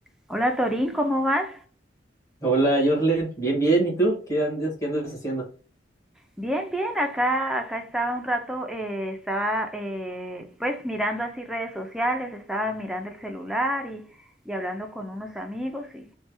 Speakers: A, in the centre; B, on the left.
A: Hola Torín, ¿cómo vas?
B: Hola, Jorlen. Bien, bien. ¿Y tú? ¿Qué andas, qué andas haciendo?
A: Bien, bien, acá, acá estaba un rato, eh, estaba eh, pues mirando así redes sociales, estaba mirando el celular y, y hablando con unos amigos y,